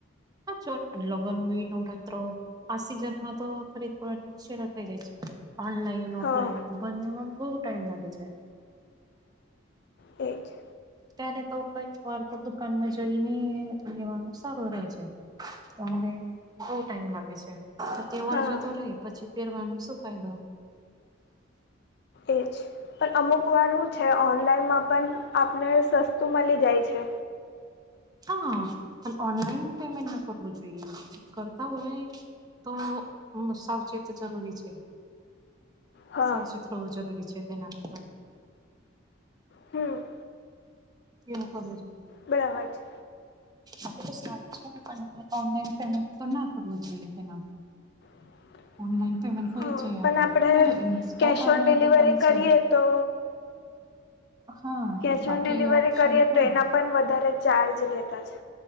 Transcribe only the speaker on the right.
જો અન લગન હોય નવરાત્રી આ સિઝન માં તો ખરીદ કરવાની મુશરો થઈ જાય છે ઓનલાઈન ઓફલાઈન
બનમાં બહુ ટાઈમ લાગે છે
ત્યારે તો કઈક વાર તો દુકાનમાં જઈને લેવાનું સારું રહેે છે ઓનલાઈન બહ ટાઈમ લાગે છે તહેવર
જતો રહે પછી પહેરવાનો શું ફાયદો
હા પણ ઓનલાઈન પેમેન્ટ ના કરવું જોઈએ કરતા હોય તો સાવચેત જરૂરી છે
સાવચેત હોવું જરૂરી છે તેનામાં તો
એવ સ છે
આ તો સારું છે પણ ઓનલાઈન પેમેન્ટ તો ના કરવતલેના
ઓનલાઈન પેમન્ટ કરી
છે
આપ
અજ ઈન્સ્ટા
પર
દેખાવી
છે
હા
બાકી
ઓપ્શન
માં